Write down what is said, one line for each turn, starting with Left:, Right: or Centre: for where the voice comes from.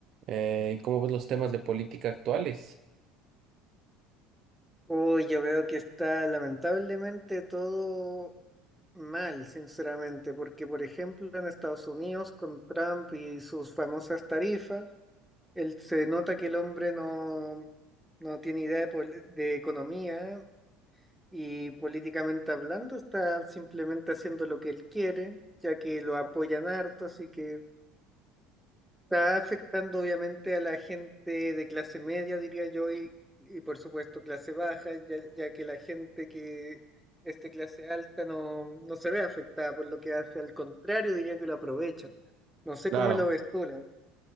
Right: Eh, ¿cómo ves los temas de política actuales?
Centre: Uy, yo veo que está lamentablemente todo mal, sinceramente, porque por ejemplo en Estados Unidos con Trump y sus famosas tarifas, él, se nota que el hombre no, no tiene idea de, pol- de economía y políticamente hablando está simplemente haciendo lo que él quiere, ya que lo apoyan harto, así que... Está afectando obviamente a la gente de clase media, diría yo, y, y por supuesto clase baja, ya, ya que la gente que es de clase alta no, no se ve afectada por lo que hace, al contrario, diría que lo aprovechan. No sé
Right: Claro,
Centre: cómo lo ves tú, la-